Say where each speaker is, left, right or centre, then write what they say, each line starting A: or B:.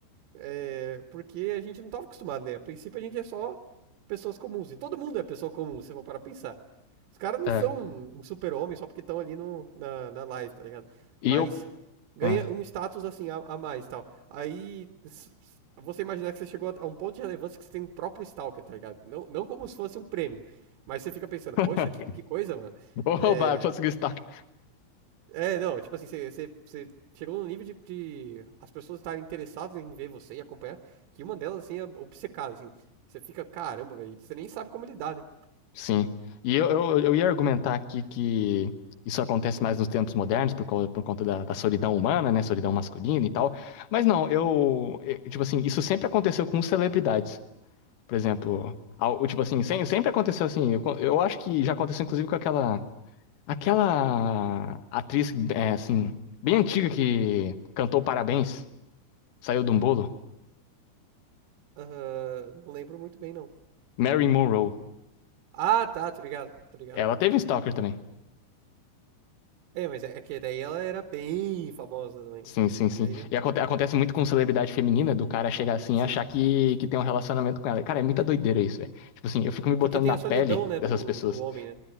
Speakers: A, on the right; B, on the left.
A: é, porque a gente não estava acostumado, né? A princípio a gente é só pessoas comuns. E todo mundo é pessoa comum, se eu for para pensar. Os caras não
B: É.
A: são um super-homem só porque estão ali no, na, na live, tá ligado?
B: E
A: Mas
B: eu...
A: ganha
B: ah.
A: um status assim a, a mais tal. Aí s- s- você imaginar que você chegou a a um ponto de relevância que você tem um próprio Stalker, tá ligado? Não, não como se fosse um prêmio. Mas você fica pensando, poxa,
B: <laughs>
A: que, que coisa, mano.
B: <laughs> Oba,
A: É,
B: conseguiu destaque.
A: é, não, tipo assim, você, você, você chegou num nível de, de as pessoas estarem interessadas em ver você e acompanhar, que uma delas, assim, é obcecada, assim. Você fica, caramba, velho, você nem sabe como lidar, né?
B: Sim. E eu, eu, eu ia argumentar aqui que isso acontece mais nos tempos modernos por, causa- por conta da, da solidão humana, né? Solidão masculina e tal. Mas não, eu, eu- Tipo assim, isso sempre aconteceu com celebridades. Por exemplo, ao- tipo assim, sem- sempre aconteceu assim. Eu, co- eu acho que já aconteceu inclusive com aquela. Aquela atriz, é, assim, bem antiga que cantou Parabéns, saiu de um bolo.
A: Ahn, não lembro muito bem, não.
B: Mary Monroe.
A: Ah, tá, tô ligado, tô ligado.
B: Ela teve um stalker também.
A: É, mas é, é que daí ela era bem famosa também.
B: Sim,
A: né?
B: sim, sim.
A: Aí já.
B: E aconte- acontece muito com celebridade feminina, do cara chegar assim
A: Sim.
B: e achar que, que tem um relacionamento com ela. Cara, é muita doideira isso, velho. Tipo assim, eu fico me
A: É porque
B: botando
A: tem
B: na
A: a solidão,
B: pele
A: né,
B: dessas
A: do,
B: pessoas.
A: do homem, né?